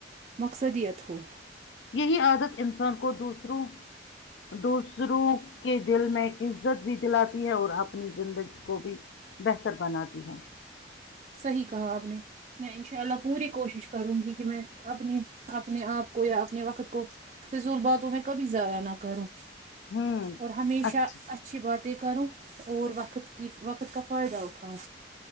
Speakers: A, on the right; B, on the left.
A: مقصدیت ہو
B: یہی عادت انسان کو دوسروں دوسروں کے دل میں عزت بھی دلاتی ہے اور اپنی زندگی کو بھی بہتر بناتی ہے
A: صحی کہا آپ نے میں انشاء اللہ پوری کوشش کروں گی کہ میں اپنی اپنے آپ کو یا اپنے وقت کو فضول باتوں میں کبھی ضائع نہ کروں
B: ہوں
A: اور ہمیشہ
B: اچھا
A: اچھی بات تے کرو اور وقت کی وقت کا فائدہ اٹھاؤں